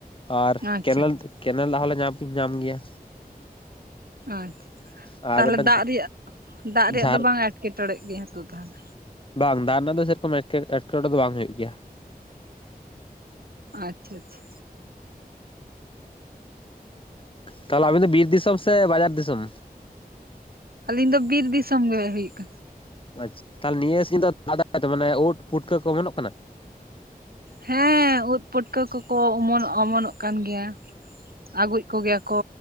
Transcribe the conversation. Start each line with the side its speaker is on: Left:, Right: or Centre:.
Left: ᱟᱨ
Right: ᱟᱪᱪᱷᱟ
Left: ᱠᱮᱱᱮᱞ
Right: ᱟᱪᱪᱷᱟ
Left: ᱠᱮᱱᱮᱞ ᱫᱟᱜ ᱦᱚᱸᱞᱮ ᱧᱟᱢ ᱠᱩᱧ ᱧᱟᱢ ᱜᱮᱭᱟ
Right: ᱟᱪᱪᱷᱟ
Left: ᱟᱨ
Right: ᱛᱟᱦᱚᱞᱮ
Left: ᱢᱤᱫᱴᱟᱝ
Right: ᱫᱟᱜ ᱨᱮᱭᱟᱜ ᱫᱟᱜ ᱨᱮᱭᱟᱜ
Left: ᱡᱷᱟᱨ
Right: ᱫᱚ ᱵᱟᱝ ᱮᱴᱠᱮᱴᱚᱲᱮ ᱜᱮᱭᱟ ᱛᱚ ᱛᱟᱦᱚᱞᱮ
Left: ᱵᱟᱝ ᱫᱟᱜ ᱨᱮᱱᱟᱜ ᱫᱚ ᱥᱮᱨᱚᱠᱚᱢ ᱮᱴᱠᱮ ᱮᱴᱠᱮᱴᱚᱬᱮ ᱫᱚ ᱵᱟᱝ ᱦᱩᱭᱩᱜ ᱜᱮᱭᱟ᱾
Right: ᱟᱪᱪᱷᱟ ᱟᱪᱪᱷᱟ
Left: ᱛᱟᱦᱚᱞᱮ ᱟᱵᱤᱱ ᱫᱚ ᱵᱤᱨ ᱫᱤᱥᱚᱢ ᱥᱮ ᱵᱟᱡᱟᱨ ᱫᱤᱥᱚᱢ
Right: ᱟᱹᱞᱤᱧ ᱫᱚ ᱵᱤᱨ ᱫᱤᱥᱚᱢ ᱜᱮ ᱦᱩᱭᱩᱜ ᱠᱟᱱᱟ᱾
Left: ᱟᱪᱪᱷᱟ ᱛᱟᱦᱚᱞᱮ ᱱᱤᱭᱟᱹ ᱥᱤᱧ ᱫᱚ ᱫᱟᱜᱟᱭ ᱢᱟᱱᱮ ᱩᱫ ᱯᱷᱩᱴᱠᱟᱹ ᱠᱚ ᱚᱢᱚᱱᱚᱜ ᱠᱟᱱᱟ᱾
Right: ᱦᱮᱸ ᱩᱫ᱿ ᱯᱟᱹᱴᱠᱟᱹ ᱠᱚᱠᱚ ᱚᱢᱚᱱᱚᱜ ᱚᱢᱚᱱᱚᱜ ᱠᱟᱱ ᱜᱮᱭᱟ ᱟᱹᱜᱩᱭᱮᱜ ᱠᱚᱜᱮᱭᱟ ᱠᱚ